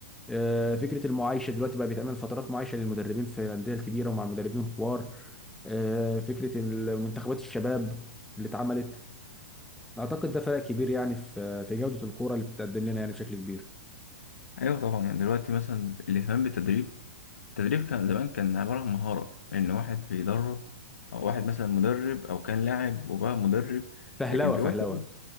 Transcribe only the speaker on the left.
ايوه طبعا يعني دلوقتي مثلا الاهتمام بالتدريب التدريب كان زمان كان عباره عن مهاره ان واحد بيدرب او واحد مثلا مدرب او كان لاعب وبقى مدرب
لكن دلوقتي